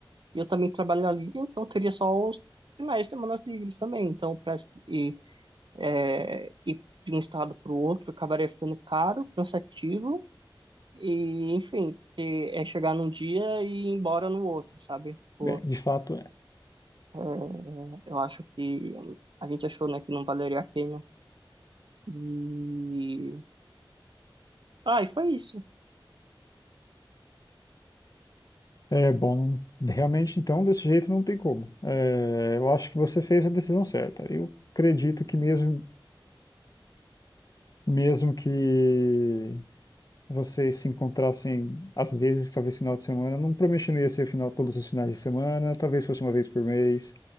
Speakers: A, on the right; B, on the left.
A: E eu também trabalho ali, então teria só os finais de semana livres também. Então, para ir, é, ir de um estado para o outro acabaria ficando caro, cansativo e, enfim, porque é chegar num dia e ir embora no outro, sabe? Tipo,
B: É, de fato, é.
A: é, eu acho que a gente achou, né, que não valeria a pena. E... Ah, e foi isso.
B: É bom, realmente então desse jeito não tem como. É, eu acho que você fez a decisão certa. Eu acredito que mesmo, mesmo que vocês se encontrassem às vezes, talvez final de semana, não prometo que não ia ser final todos os finais de semana, talvez fosse uma vez por mês.